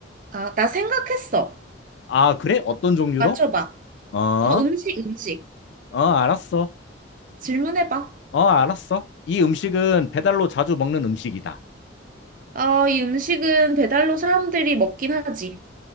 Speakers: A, on the right; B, on the left.
A: 아, 나 생각했어.
B: 아, 그래? 어떤 종류로?
A: 맞춰봐.
B: 어,
A: 어, 음식, 음식.
B: 어, 알았어.
A: 질문해봐.
B: 어, 알았어. 이 음식은 배달로 자주 먹는 음식이다.
A: 어, 이 음식은 배달로 사람들이 먹긴 하지.